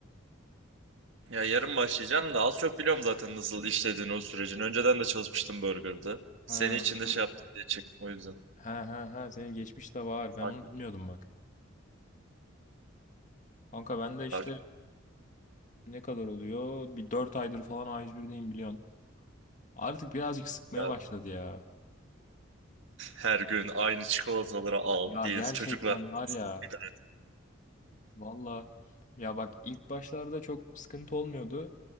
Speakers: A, on the right; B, on the left.
A: Ya yarın başlayacağım da az çok biliyorum zaten nasıl işlediğini o sürecin. Önceden de çalışmıştım Burger'da. Seni
B: Ha.
A: için de
B: anladım.
A: şey yaptım diye çektim o yüzden.
B: Ha ha ha senin geçmiş de var. Ben
A: Takip-
B: onu bilmiyordum bak. Kanka ben de işte
A: takip
B: ne kadar oluyor? Bir 4 aydır falan A101'deyim biliyorsun. Artık birazcık sıkmaya
A: et.
B: başladı ya.
A: Her gün aynı çikolataları al
B: Ya
A: diye
B: gerçekten
A: çocuklar.
B: var
A: <laughs>
B: ya.
A: Bir tane.
B: Valla. Ya bak ilk başlarda çok sıkıntı olmuyordu.